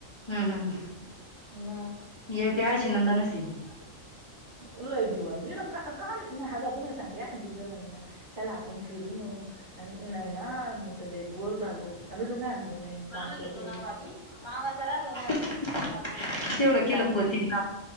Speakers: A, on the left; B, on the right.
A: हम्म हम्म
B: म
A: <unintelligible>
B: लय जीवार, हिड का काम हवा तुम्ही सांगते, एखाद दिस जर म्हणलं ना, चला आपण फिरून येऊ. नाही ना, मी तर लय बोर झालो. <unintelligible>
A: मामा घेतो
B: करून
A: ना बाती. <unintelligible> तेवढं
B: काम
A: केलंत म तेनी.